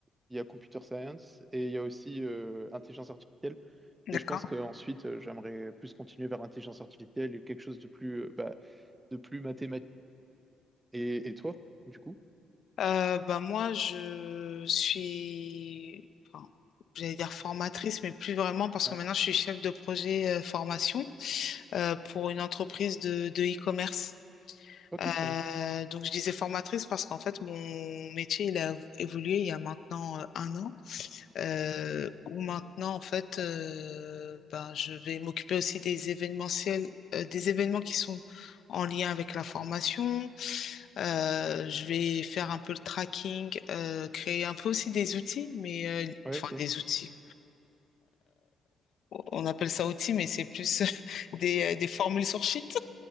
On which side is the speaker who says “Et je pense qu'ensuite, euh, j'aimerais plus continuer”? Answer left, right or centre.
Right